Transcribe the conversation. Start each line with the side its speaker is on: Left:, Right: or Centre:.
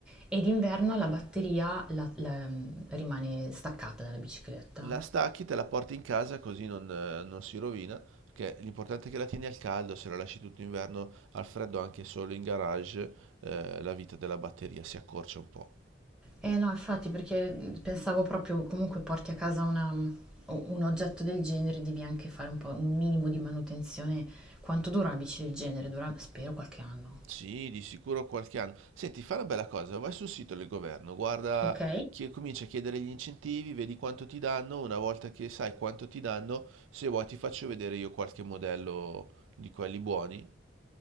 Centre: E d'inverno la batteria la- la- ehm, rimane staccata dalla bicicletta.
Right: La stacchi, te la porti in casa così non, eh, non si rovina, perché l'importante è che la tieni al caldo, se la lasci tutto inverno al freddo anche solo in garage, eh, la vita della batteria si accorcia un po'.
Centre: Eh no, infatti, perché pensavo proprio comunque porti a casa una- un oggetto del genere, devi anche fare un po' un minimo di manutenzione. Quanto dura una bici del genere? Dura, spero, qualche anno.
Right: Sì, di sicuro qualche anno. Senti, fai una bella cosa, vai sul sito del governo, guarda,
Centre: Ok?
Right: chi- comincia a chiedere gli incentivi, vedi quanto ti danno, una volta che sai quanto ti danno, se vuoi ti faccio vedere io qualche modello di quelli buoni.